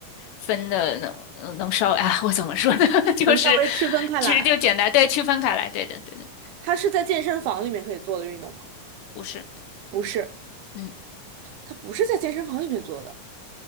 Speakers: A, on the left; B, on the right.
A: 分的能呃能稍微啊，我怎么说呢？<laughs> 就是
B: 能稍微区分开来。
A: 其实就简单对区分开来，对的对的，
B: 它是在健身房里面可以做的运动吗？
A: 不是，
B: 不是。
A: 嗯，
B: 他不是在健身房里面做的，